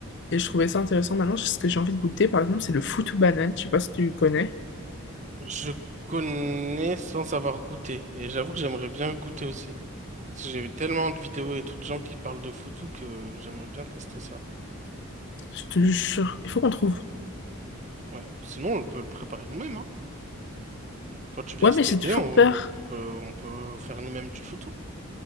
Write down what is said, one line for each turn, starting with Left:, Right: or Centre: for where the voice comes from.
Left: Et je trouvais ça intéressant. Maintenant, ce que j'ai envie de goûter, par exemple, c'est le foutou banane. Je sais pas si tu connais.
Right: Je connais sans avoir goûté, et j'avoue que j'aimerais bien goûter aussi. Parce que j'ai vu tellement de vidéos et tout de gens qui parlent de foutu que j'aimerais bien tester ça.
Left: Je te jure, il faut qu'on trouve.
Right: Ouais. Sinon, on peut le préparer nous-mêmes, hein. Quand tu viens
Left: Ouais,
Right: cet
Left: mais j'ai
Right: été,
Left: toujours
Right: on
Left: peur.
Right: peut, on peut faire nous-mêmes du photo.